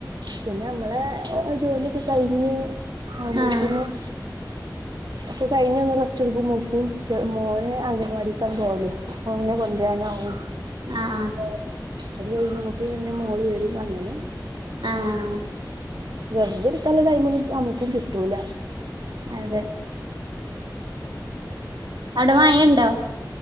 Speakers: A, on the right; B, on the right.
A: പിന്നെ നമ്മളെ ജോലിയൊക്കെ കഴിഞ്ഞ് ആവ്പോത്തിനും.
B: ആഹ്
A: അപ്പൊ കഴിഞ് ഒന്ന് റസ്റ്റ് എട്കുംമൂകും മോനെ അംഗനവാടിക്കാണ് പോവലേ മോനെ കൊണ്ടരാനാവും.
B: ആഹ് അഹ് അതെ അതെ
A: അത് കഴിയുമ്പോകിന് പിന്നെ മോള് വരും അങ്ങനെ.
B: ആഹ്
A: വെറുതെഇരിക്കാല ടൈമ് ഒന്നും നമക്കും കിട്ടൂല.
B: അതെ അവിടെ മായണ്ടോ.